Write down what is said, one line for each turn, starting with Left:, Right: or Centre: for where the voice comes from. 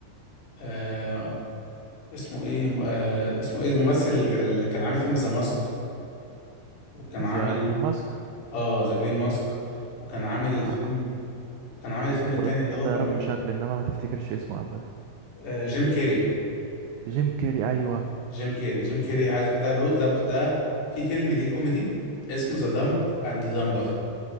Left: آه... اسمه ايه آه... اسمه ايه الممثل اللي كان عامل فيلم ذا ماسك وكان
Right: ذا
Left: عامل
Right: جرين ماسك
Left: اه ذا جرين ماسك وكان عامل
Right: لا
Left: الفيلم كان عامل الفيلم التاني
Right: هو ده
Left: اللي هو
Right: تعرفه
Left: كان
Right: شكل انما ما تفتكرش اسمه ابدا
Left: آه... جيم كيري
Right: جيم كيري ايوه
Left: جيم كيري جيم كيري عايز ده بو... ده ب... ده في فيلم ليه كوميدي اسمه ذا دمب اند دمبر